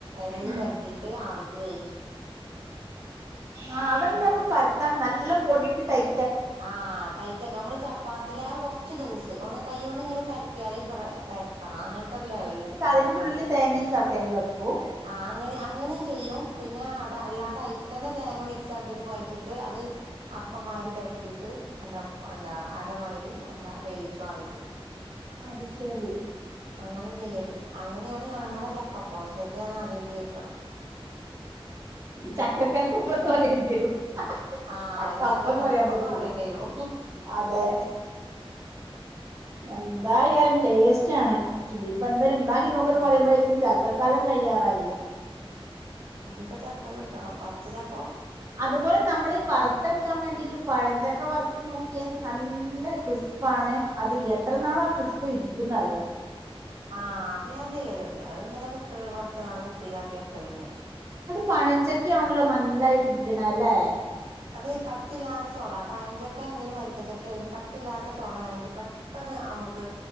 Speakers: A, on the right; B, on the right.
A: ഇലൽ
B: ഉം
A: പരത്തിട്ട് ആവിക്ക് വേവിച്ചു
B: ആഹ അതെങ്ങനെയാ
A: അങ്ങനെ
B: അപ്പൊ പരത്താ നല്ല പൊടിയിട്ടിട്ടായി
A: ആഹ ടൈറ്റ്ക്കെ നമ്മള് ചപ്പാത്തിൽോര കുറച്ച് ലൂസ് ഒന്ന് കൈയ്യോണ്ട് ഇങ്ങനെ പരത്തിയാൽ ഇ പരക്കണം അങ്ങന അല്ല വ
B: എന്നിട്ട്
A: എടുക്ക
B: അതിന്റെ
A: കുഴച്ചിട്ടും
B: ഉള്ളില് തേങ്ങയും ശർക്കരയും വെക്കും
A: ആ അങ്ങ അങ്ങന ചെയ്യും പിന്നെ അത് അല്ലാതെ അ തന്നെ തേങ്ങ മിക്സ് ആാക്കിട്ട് കുഴച്ചിട്ട് അത് അപ്പമാരി പരത്തിയിട്ട് അന്ത അന്ത അടമായിര് അന്താ വേവിച്ചു ആവിക്ക്
B: അത് ശെരി
A: അങ്ങനെ ചെയ്യല് അങ്ങനെയാണ് ഞങ്ങളെ
B: ആഹ്
A: ചക്കപ്പ പക്ഷെ ഇത് ഞാൻ ആദ്യമായിട്ട് കേൾക്കണ
B: ചക്കക്കൽ തുമപ്പ തറയതിരു
A: ആഹ്
B: തക്ക
A: ഇത്
B: അപ്പന്ന്
A: ചക്കക്കാലത്തപ്പന്ന്
B: പറയാൻ പറ്റൂല
A: പറയേണ്ടി വരും
B: അതെ എന്തായാലും ടേസ്റ്റ് ആണ് ഇനിയിപ്പ എന്തായാലും ഉണ്ടാക്കി നോക്കന്ന്
A: ഉം
B: പറയുമ്പോഴേക്കടും ചാക്ക കലം കഴിയാറായില്ലേ
A: ഇനിയിപ്പ ചക്ക കിട്ടണം പച്ച ച്ച
B: അതുപോലെ നമ്മള് വറുത്തെടുക്കാൻ വേണ്ടിട്ട് പഴഞ്ചക്ക വറുത്ത് നോക്ക യഹ നല്ല ക്രിസ്പാണ് അത് എത്ര നാളാ ക്രിസ്പ് ഇരിക്കുംന്ന് അറിയോ.
A: ആഹ് അത് ഞാൻ ചെയ്യലുണ്ട് അത് ഇങ്ങനെ കുപ്പി വറത്ത കാണ കുപ്പിയിലാക്കി വക്കെല്ലന്യാണ്.
B: പഴഞ്ചക്ക ആണല്ലോ നല്ലായിട്ടിരിക്കണ അല്ലെ.
A: അത് കട്ടില്ലാത്ത ചോള പഴഞ്ചക്ക ആണെങ്കിലും വരിക്കച്ചക്ക ആണങ്കിലും കട്ടില്ലാത്ത ചൊളയാണെങ്കിൽ പെട്ട ന്ന് നമുക്ക്.